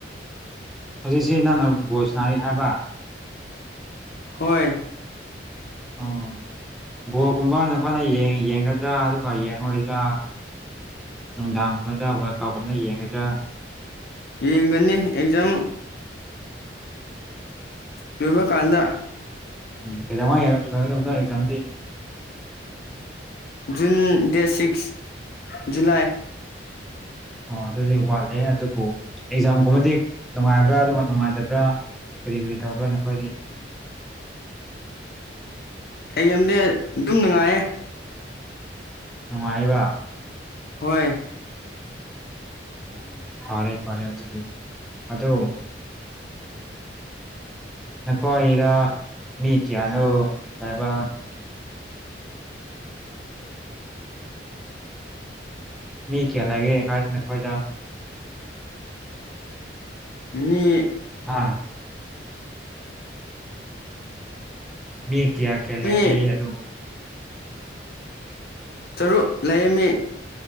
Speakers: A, in the centre; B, on the left (about 55°).
A: ꯍꯧꯖꯤꯛꯁꯤ ꯅꯪꯅ ꯚꯣꯖ ꯅꯥꯔꯤ ꯍꯥꯏꯕ
B: ꯍꯣꯏ
A: ꯎꯝ ꯕꯣꯜꯒꯨꯝꯕ ꯅꯈꯣꯏꯅ ꯌꯦꯡꯒꯗ꯭ꯔꯥ ꯑꯗꯨꯒ ꯌꯦꯡꯔꯣꯏꯗ꯭ꯔꯥ ꯅꯨꯡꯗꯥꯡꯒꯨꯝꯕꯗ ꯋꯥꯔ ꯀꯥꯎꯒꯨꯝꯅ ꯌꯦꯡꯒꯗ꯭ꯔꯥ
B: ꯌꯦꯡꯒꯅꯤ ꯑꯦꯛꯖꯥꯝ ꯃꯃ ꯀꯥꯟꯗ
A: ꯎꯝ ꯀꯩꯗꯧꯉ ꯂꯣꯏꯔꯕꯗꯣ ꯑꯦꯛꯖꯥꯝꯗꯤ
B: ꯖꯨꯟ ꯗꯦꯠ ꯁꯤꯛꯁ ꯖꯨꯂꯥꯏ
A: ꯑꯣ ꯑꯗꯨꯗꯤ ꯋꯥꯠꯂꯦ ꯑꯗꯨꯕꯨ ꯑꯦꯛꯖꯥꯝꯒꯨꯝꯕꯗꯤ ꯅꯨꯡꯉꯥꯏꯕ꯭ꯔꯥ ꯑꯗꯨꯒ ꯅꯨꯡꯉꯥꯏꯇꯕ꯭ꯔꯥ ꯀꯔꯤ ꯀꯔꯤ ꯇꯧꯕ꯭ꯔꯥ ꯅꯈꯣꯏꯗꯤ
B: ꯑꯩ ꯌꯥꯝꯗꯤ ꯑꯗꯨꯝ ꯅꯨꯡꯉꯥꯏꯌꯦ
A: ꯅꯨꯡꯉꯥꯏꯕ
B: ꯍꯣꯏ
A: ꯎ ꯐꯥꯔꯦ ꯐꯥꯔꯦ ꯑꯗꯨꯗꯤ ꯑꯣ ꯅꯈꯣꯏꯗ ꯃꯤ ꯀꯌꯥꯅꯣ ꯂꯕ ꯃꯤ ꯀꯌꯥ ꯂꯒꯦ ꯀꯥꯏꯗ ꯅ ꯀꯣꯏꯗ
B: ꯃꯤ
A: ꯍꯥꯥ ꯃꯤ ꯀꯌꯥ ꯀꯦꯜꯂꯒꯦ
B: ꯃꯤ
A: ꯑꯗꯨꯕꯨ
B: ꯇꯔꯨꯛ ꯂꯩꯔꯝꯃꯤ